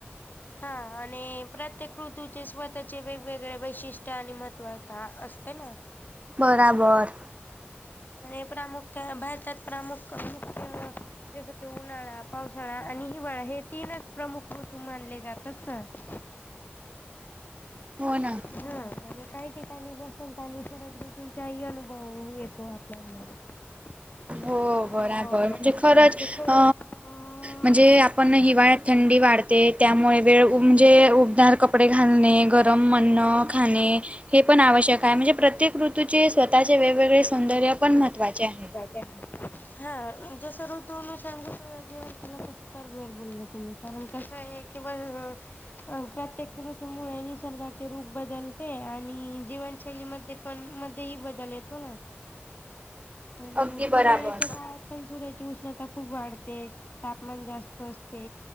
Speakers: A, on the left (about 45°); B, on the right (about 30°).
A: हां आणि प्रत्येक ऋतूचे स्वतःचे वेगवेगळे वैशिष्ट्य आणि महत्त्वता असते ना
B: बराबर
A: आणि प्रामुख्या भारतात प्रामुख्य मुख्य जसं की उन्हाळा पावसाळा आणि हिवाळा हे तीनच प्रमुख ऋतू मानले जातात तर
B: हो ना
A: हा <unintelligible> काही ठिकाणी बसंत आणि शरद ऋतूंचाही अनुभव येतो आपल्यामध्ये
B: हो
A: हो
B: बरं आहे <unintelligible> बरं
A: बराबर
B: म्हणजे खरंच
A: खरंच
B: अ
A: अ
B: म्हणजे आपण हिवाळ्यात थंडी वाढते त्यामुळे वेळ उबदार कपडे घालणे <unintelligible> खाणे हे पण आवश्यक आहे म्हणजे प्रत्येक ऋतूचे स्वतःचे वेगवेगळे सौंदर्य पण महत्त्वाचे आहे
A: हा जसं ऋतूनुसांध जेवण केलं ते सुप बअर बोलले तुम्ही म्हण <unintelligible> कसं आहे की बस अ प्रत्येक ऋतूमुळे निसर्गाचे रूप बदलते आणि जीवनशैलीमध्ये पण मध्येही बदल येतो ना आणि
B: अगदी
A: हुणाल्याच्या
B: बराबर.
A: काय <unintelligible> पण सूर्याची उष्णता खूप वाढते तापमान जास्त असते